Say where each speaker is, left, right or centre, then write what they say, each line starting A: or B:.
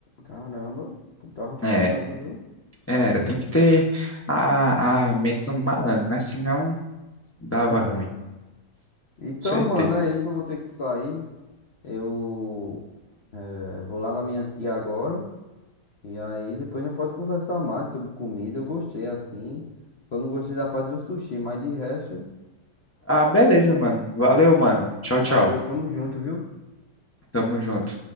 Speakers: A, on the left; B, on the left.
A: Caramba, tu tava furando,
B: É,
A: viu?
B: é, era, tem que ter a, a mente do malandro, né? Senão dava
A: É.
B: ruim,
A: Então,
B: com certeza.
A: mano, é isso. Eu vou ter que sair. Eu eh, vou lá na minha tia agora. E aí depois não pode conversar mais sobre comida. Eu gostei assim. Só não gostei da parte do sushi, mas de resto,
B: Ah, beleza, mano. Valeu, mano. Tchau,
A: valeu,
B: tchau.
A: tamo junto, viu?
B: Tamo junto.